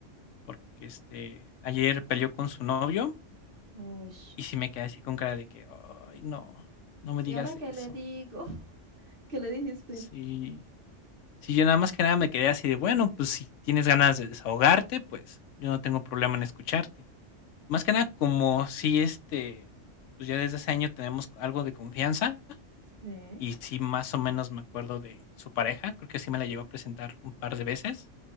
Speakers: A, on the left; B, on the right.
A: porque este, ayer peleó con su novio
B: Uy.
A: y sí me quedé así con cara de que, ay, no, no me digas
B: ¿Y ahora qué
A: eso.
B: le digo? <laughs> ¿Qué le dijiste?
A: Sí, sí, yo nada más que nada me quedé así de, bueno, pues si tienes ganas de desahogarte, pues yo no tengo problema en escucharte. Más que nada, como si este, pues ya desde hace año tenemos algo de confianza
B: Sí,
A: Y sí, más o menos me acuerdo de su pareja, creo que sí me la llegó a presentar un par de veces.